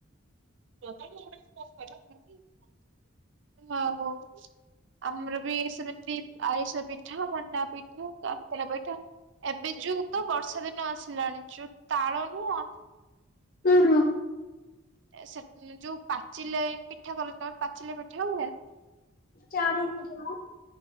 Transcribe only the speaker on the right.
ହୋଉ। ଆମର ବି ସେମିତି ଆରିସା ପିଠା ମଣ୍ଡା ପିଠା କକେରା ପିଠା ଏବେ ଯୋଉ ତ ବର୍ଷା ଦିନ ଆସିଲାଣି ଯୋଉ ତାଳ ନୁହଁ
ସେଟ୍ ଯୋଉ ପାଚିଲେ ପିଠା କଲେ ପାଚିଲେ ପିଠା ହୁଏ?